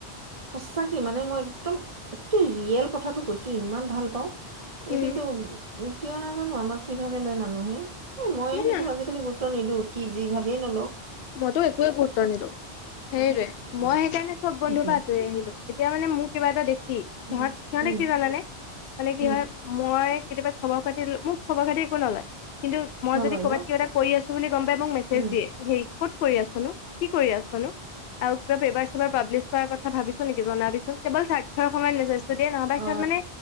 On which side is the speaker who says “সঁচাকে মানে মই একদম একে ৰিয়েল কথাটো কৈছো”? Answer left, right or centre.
Right